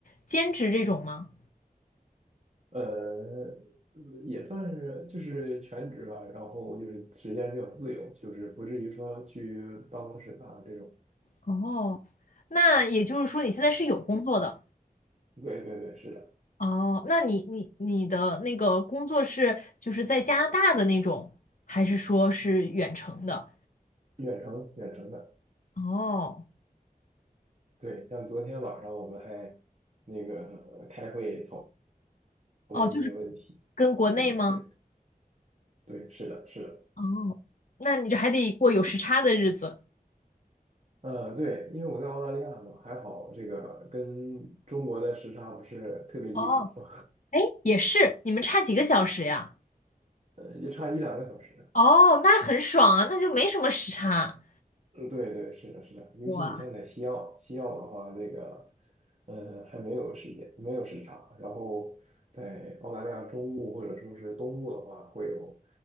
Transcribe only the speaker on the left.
兼职这种吗？
哦，那也就是说你现在是有工作的。
哦，那你你你的那个工作是就是在加拿大的那种，还是说是远程的？
哦
哦，就是跟国内吗？
哦那你这还得过有时差的日子。
哦
哎，也是，你们差几个小时呀？
哦，那很爽啊，那就没什么时差。
哇